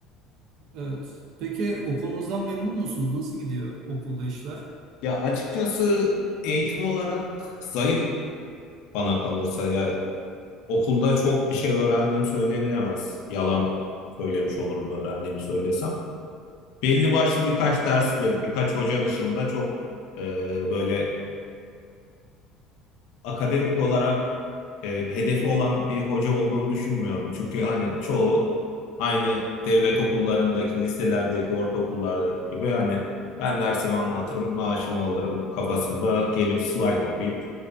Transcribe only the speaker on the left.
Ya açıkçası eğitim olarak zayıf bana kalırsa ya okulda çok bir şey öğrendiğim söylenilemez. Yalan söylemiş olurum öğrendiğimi söylesem. Belli başlı birkaç ders ve birkaç hoca dışında çok e, böyle akademik olarak e, hedefi olan bir hoca olduğunu düşünmüyorum. Çünkü hani çoğu aynı devlet okullarındaki, liselerdeki, ortaokullardaki gibi hani ben dersimi anlatırım, maaşımı alırım kafasında gelip slayt okuyup